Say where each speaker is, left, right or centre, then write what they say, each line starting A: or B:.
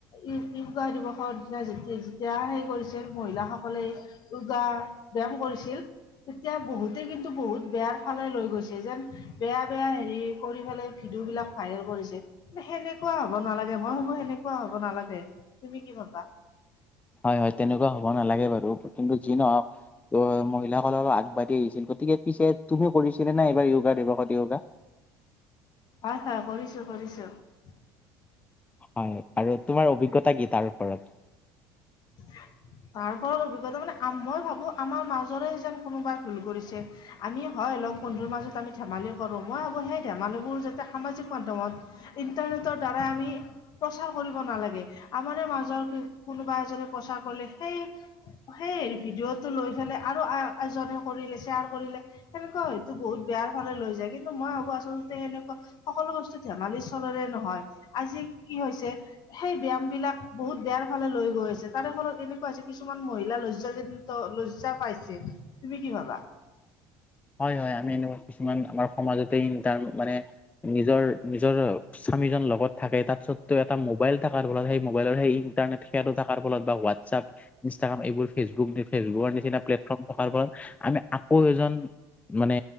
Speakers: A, on the left (about 55°); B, on the left (about 15°).
A: ই, <unintelligible> দিৱসৰ দিনাই যোগ। যেতিয়া, সেই কৰিছিল মহিলাসকলে। ইয়োগা, ব্যয়াম কৰিছিল। তেতিয়া, বহুতে কিন্তু বহুত বেয়াৰ ফালে লৈ গৈছে। যেন, বেয়া বেয়া হেৰি কৰি পেলাই। ভিডিঅ' বিলাক ভাইৰেল কৰিছে। সেনেকুৱা হব নালাগে। মই ভাবো সেনেকুৱা হব নালাগে। তুমি কি ভবা?
B: হয়, হয়, তেনেকুৱা হ'ব নালাগে বাৰু। কিন্তু, যি নহওক ত মহিলাসকলো আগবাঢ়ি আহিছিল। গতিকে, পিছে তুমিও কৰিছিলা নাই এইবাৰ ইয়োগা দিৱসত ইয়োগা।
A: হয় হয় কৰিছো <unintelligible>
B: হয়, আৰু তোমাৰ অভিজ্ঞতা কি? তাৰ ওপৰত?
A: <unintelligible> তাৰ ওপৰত অভিজ্ঞতা মানে, আ মই ভাবো আমাৰ মাজৰে যেন কোনোবাই ভুল কৰিছে। আমি, হয়। হয়, লগ বন্ধুৰ মাজত আমি ধেমালি কৰোঁ। মই ভাবো সেই ধেমালিবোৰ যাতে সামাজিক মাধ্যমত, ইণ্টাৰনেট। <unintelligible> দ্বাৰা আমি, প্ৰচাৰ কৰিব নালাগে। আমাৰে মাজৰ <unintelligible> কোনোবা এজনে। প্ৰচাৰ কৰিলে। সেই, সেই ভিডিঅ'টো লৈ ফেলে আৰু আ এজনে কৰিলে। শ্বেয়াৰ কৰি। সেনেকুৱা হয়তো বহুত বেয়াৰ ফালে লৈ যায়। কিন্তু, মই ভাবো আচলতে সেনেকুৱা সকলো বস্তু ধেমালিৰ। চলৰে নহয়। আজি কি হৈছে, সেই ব্যায়াম বিলাক বহুত বেয়াৰ ফালে লৈ গৈছে। তাৰে ফলত এনেকুৱা হৈছে, কিছুমান মহিলা লজ্জাজনিত, লজ্জা পাইছে। তুমি কি ভাবা? <inaudible>
B: হয়, হয়। আমি, এনেকুৱা কিছুমান আমাৰ সমাজতে। তাৰ মানে নিজৰ, নিজৰ। আমিজন লগত থাকে। <unintelligible> এটা মোবাইল থাকাৰ ফলত, সেই মোবাইলৰ সেই ইণ্টাৰনেট সেৱাটো থাকাৰ ফলত বা হোৱাটছপ। তাত ইনষ্ট্ৰাগ্ৰাম এইবোৰ ফেচবুক, ফেচবুকৰ নিচিনা প্লেটফৰ্ম থকাৰ ফলত, আমি আকৌ এজন। মানে,